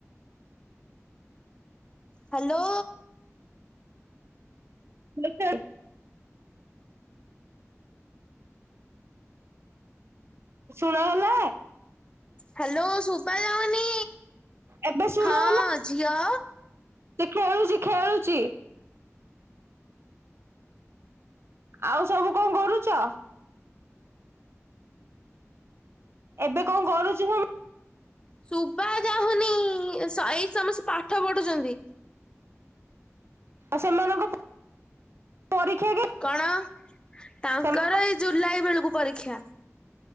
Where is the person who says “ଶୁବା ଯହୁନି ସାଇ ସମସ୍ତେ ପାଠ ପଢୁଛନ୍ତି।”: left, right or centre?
Left